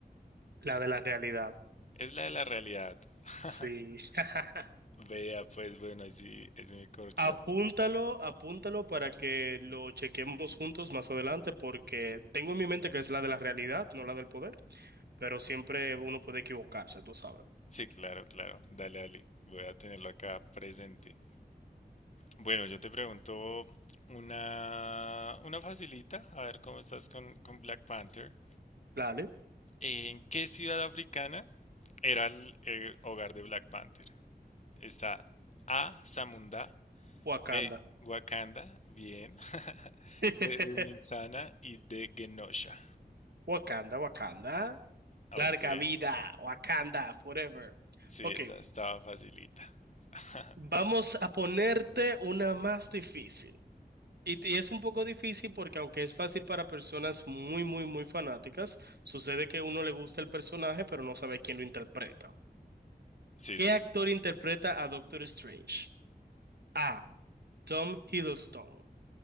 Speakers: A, on the right (about 75°); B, on the left (about 45°).
A: La de la realidad.
B: Es la de la realidad. <laughs>
A: Sí. <laughs>
B: Vea, pues bueno, ahí sí, ahí sí me corchaste.
A: Apúntalo, apúntalo para que lo chequemos juntos más adelante, porque tengo en mi mente que es la de la realidad, no la del poder, pero siempre uno puede equivocarse, tú sabes.
B: Sí, claro, claro. Dale, dale. Voy a tenerlo acá presente. Bueno, yo te pregunto una, una facilita, a ver cómo estás con, con Black Panther.
A: Dale,
B: ¿En qué ciudad africana era el, el hogar de Black Panther? Está A. Zamunda,
A: Wakanda.
B: B. Wakanda, bien, <laughs>
A: <laughs>
B: C. Ninsana y D. Genosha.
A: Wakanda, Wakanda.
B: Ok,
A: Larga vida, Wakanda, forever.
B: sí,
A: Ok,
B: esa estaba facilita. <laughs>
A: vamos a ponerte una más difícil. Y, y es un poco difícil porque aunque es fácil para personas muy, muy, muy fanáticas, sucede que uno le gusta el personaje, pero no sabe quién lo interpreta.
B: Sí,
A: ¿Qué
B: sí,
A: actor
B: sí.
A: interpreta a Doctor Strange? A. Tom Hiddleston.